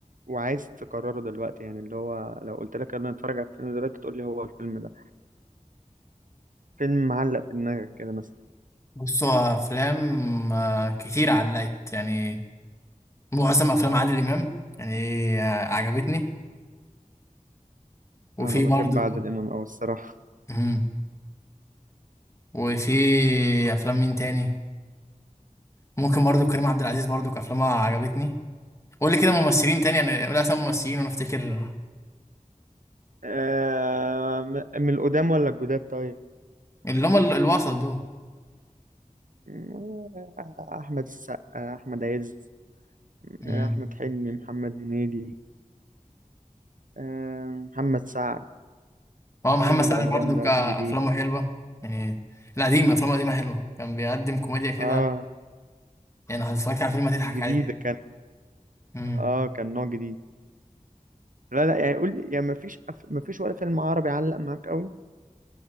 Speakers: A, on the right; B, on the left.
A: وعايز تكرره دلوقتي يعني اللي هو لو قلت لك انا اتفرج على الفيلم دلوقتي تقول لي هو الفيلم ده فيلم معلق في دماغك كده مثلا
B: بص هو افلام آه، كتير علقت يعني معظم افلام عادل امام يعني آه، عجبتني وفي
A: انا بحب
B: برضه
A: عادل امام قوي الصراحه
B: مم. وفي افلام مين تاني ممكن برضو كريم عبد العزيز برضو افلامها عجبتني قول لي كده ممثلين تاني انا قول اسامي ممثلين وانا افتكر
A: <laughs> آه م- من القدام ولا الجداد طيب
B: اللي هم ال- الوسط دول
A: آه، احمد السقا احمد عز
B: مم.
A: آه، احمد حلمي محمد هنيدي آه، محمد سعد
B: هو محمد
A: محمد
B: سعد
A: رمضان
B: برضه
A: ده
B: كافلامه
A: جديد
B: حلوه يعني القديمه افلامه القديمه حلوه كان بيقدم كوميديا كده
A: اه
B: يعني لو اتفرجت على فيلم هتضحك
A: جديدة
B: عادي
A: كان
B: مم.
A: اه كان نوع جديد لا لا يعني قول لي يعني مفيش أف... مفيش ولا فيلم عربي علق معاك قوي